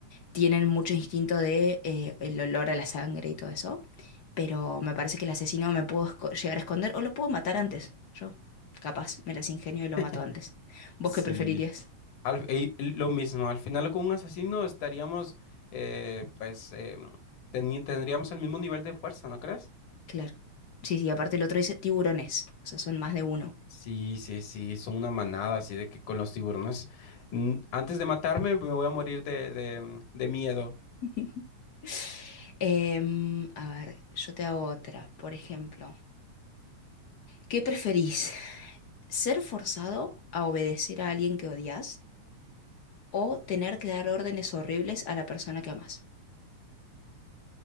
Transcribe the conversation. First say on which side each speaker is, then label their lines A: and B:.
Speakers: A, on the left; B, on the left.
A: tienen mucho instinto de eh, el olor a la sangre y todo eso, pero me parece que el asesino me puedo esco- llegar a esconder o lo puedo matar antes, yo, capaz, me las ingenio y lo
B: <laughs>
A: mato antes. ¿Vos
B: Sí,
A: qué preferirías?
B: al- eh, lo mismo, al final con un asesino estaríamos, eh, pues, em, teni- tendríamos el mismo nivel de fuerza, ¿no crees?
A: Claro. Sí, sí, aparte el otro dice tiburones, o sea, son más de uno.
B: Sí, sí, sí, son una manada, así de que con los tiburones, mm, antes de matarme me voy a morir de, de, de miedo.
A: <laughs> Em, a ver, yo te hago otra. Por ejemplo, ¿qué preferís? ¿Ser forzado a obedecer a alguien que odias o tener que dar órdenes horribles a la persona que amas?